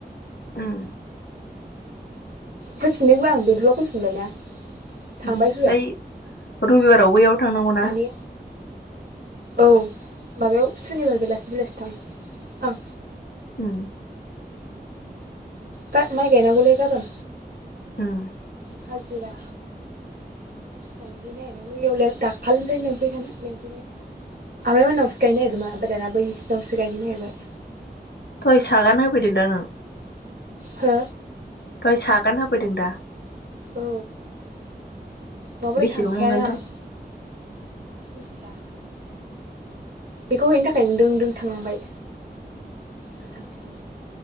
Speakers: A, on the left; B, on the right.
A: उम
B: फैफिनदोंब्ला आं बेंथलाव फैफिनबायना थांबाय
A: फाय रबिबाराव बैयाव थांनांगौ ना
B: माने औ माबायाव सुनिबार बेलासि-बेलासि थाङो ओं
A: उम
B: दा माइ गायनाांगौले गाबोन
A: उम
B: हाजिरा गायहैनो नागिरदों बैयाव दाखालिनिफ्रायनो लेंंफैखानो लेंफैनाय आमाइमोननावसो गायनो नागिरदोंमोन ओमफ्राय दाना बैसिनावसो गायहै नागिरबाय
A: फैसा गाना होफैदों दा नों?
B: हा
A: बै सागान होफैदों दा?
B: औ नङाबालाय
A: बेसेबां
B: थांखायानो
A: मोनगोनथाय
B: आं मिथिया। बेखौ हैनो थाखाय दों दों थांलांबाय गोथां थेन